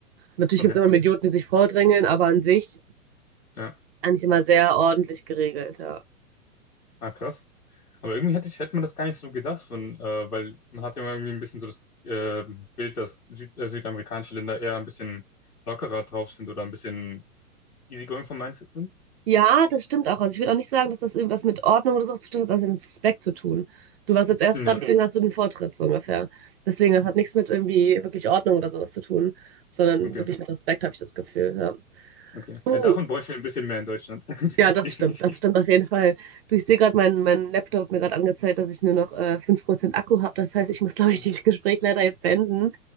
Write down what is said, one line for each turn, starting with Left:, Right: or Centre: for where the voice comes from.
Right: Natürlich
Left: okay.
Right: gibt's immer Idioten, die sich vordrängeln, aber an sich
Left: Ja.
Right: eigentlich immer sehr ordentlich geregelt, ja.
Left: Ah, krass. Aber irgendwie hätte ich, hätte man das gar nicht so gedacht, und, äh, weil man hat ja immer irgendwie ein bisschen so das äh, Bild, dass Süd, äh, südamerikanische Länder eher ein bisschen lockerer drauf sind oder ein bisschen easygoing vom Mindset sind.
Right: Ja, das stimmt auch. Also ich würde auch nicht sagen, dass das irgendwas mit Ordnung oder sowas zu tun hat, sondern mit Respekt zu tun. Du warst als erstes
Left: Ja,
Right: da, deswegen Mhm. hast du den Vortritt, so ungefähr. Deswegen, das hat nichts mit irgendwie wirklich Ordnung oder sowas zu tun, sondern
Left: okay,
Right: wirklich mit Respekt, habe ich das Gefühl, ja.
Left: okay.
Right: Du,
Left: Ja, davon bräuchten wir ein bisschen mehr in Deutschland. <laughs>
Right: Ja, das
Left: Definitiv.
Right: stimmt. Das stimmt auf jeden Fall. Du, ich sehe gerade, mein, mein Laptop hat mir gerade angezeigt, dass ich nur noch äh, 5% Akku habe. Das heißt, ich muss, glaube
Left: Oh,
Right: ich, dieses Gespräch leider jetzt beenden.